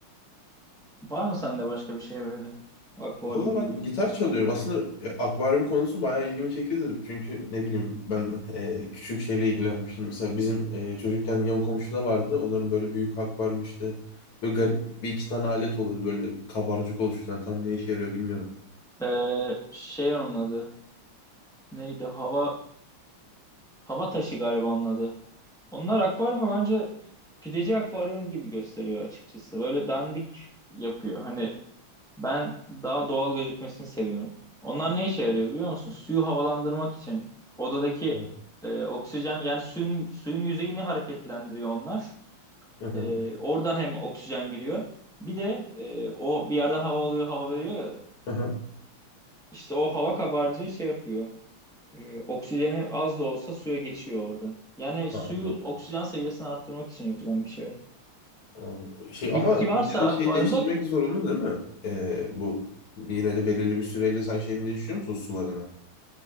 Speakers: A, in the centre; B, on the left (about 85°).
A: Var mı sende başka bir şey böyle akvaryum
B: Valla ben
A: gibi?
B: gitar çalıyorum. Aslında e, akvaryum konusu bayağı ilgimi çekiyordu. Çünkü ne bileyim ben e, küçük şeyle ilgilenmiştim. Mesela bizim e, çocukken yan komşuda vardı. Onların böyle büyük akvaryum işte. Böyle garip bir iki tane alet oluyordu. Böyle kabarcık oluşturan. Tam ne işe yarıyor bilmiyorum.
A: Ee, şey onun adı neydi hava hava taşı galiba onun adı. Onlar akvaryumu bence pideci akvaryum gibi gösteriyor açıkçası böyle dandik yapıyor hani Ben daha doğal gözükmesini seviyorum. Onlar ne işe yarıyor biliyor musun? Suyu havalandırmak için odadaki
B: Ha.
A: e, oksijen yani suyun suyun yüzeyini hareketlendiriyor onlar.
B: Hı hı.
A: E, oradan hem oksijen giriyor. Bir de e, o bir yerden hava alıyor, hava veriyor ya.
B: Hı hı.
A: İşte o hava kabarcığı şey yapıyor. E, oksijeni az da olsa suya geçiyor oradan. Yani suyun
B: Ha, Anladım.
A: oksijen seviyesini arttırmak için yapılan bir şey. o.
B: Ee, Şey ama
A: Bitki
B: yine
A: varsa
B: de şey
A: akvaryumda
B: değiştirmek zorunda değil mi? Ee, bu yine de belirli bir süreyle sen şeyini değiştiriyor musun sularını?